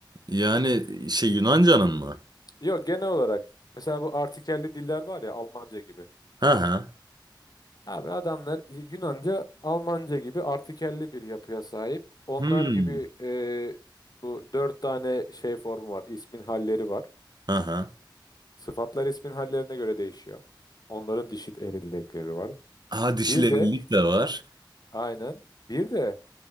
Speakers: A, on the right; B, on the left.
A: Yani şey Yunanca'nın mı?
B: Yok genel olarak mesela bu artikelli diller var ya Almanca gibi.
A: Hı hı.
B: Abi adamlar Yunanca, Almanca gibi artikelli bir yapıya sahip. Onlar
A: Hmm.
B: gibi e, bu dört tane şey formu var, ismin halleri var.
A: Hı hı.
B: Sıfatlar ismin hallerine göre değişiyor. Onların dişil eril var.
A: Ha dişilerilik
B: Bir de
A: de var.
B: aynen bir de